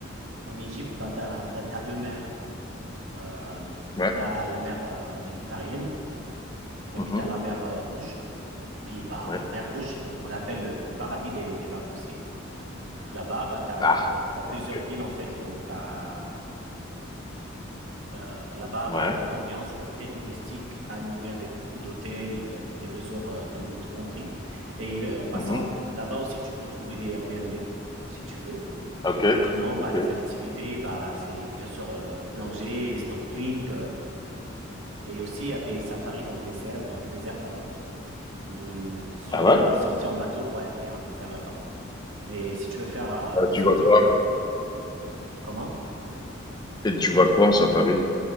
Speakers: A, on the right; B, on the left.
A: en Égypte, bah, tu as, deux mers. Euh,
B: Ouais.
A: t'as la mer euh, méditerranéenne et
B: Mhm.
A: puis tu as la mer euh, rouge. Puis bah,
B: Ouais.
A: la mer rouge, euh, on l'appelle le, le paradis des, des vacanciers. Là-bas, bah, tu as,
B: Ah,
A: plusieurs
B: ok.
A: villes, en fait. Donc, tu as Euh, là-bas,
B: Ouais.
A: bah, l'ambiance, elle est très touristique, animée avec beaucoup d'hôtels, euh, des resorts, euh, tout, tout compris. Et euh, en passant,
B: Mhm.
A: là-bas aussi, tu peux trouver des Airbnb, si tu veux.
B: Ok.
A: Sinon,
B: Ok.
A: bah, les activités, bah, c'est bien sûr euh, plongée, snorkeling, euh, et aussi il y a des safaris dans le désert, dans le désert, pardon. Hum, si tu
B: Ah
A: veux
B: ouais?
A: faire des sorties en bateau, ouais, il y a un désert là-bas. Et si tu veux faire euh,
B: Ouais,
A: des sorties
B: tu vois quoi?
A: en bateau, comment?
B: Et tu vois quoi en safari?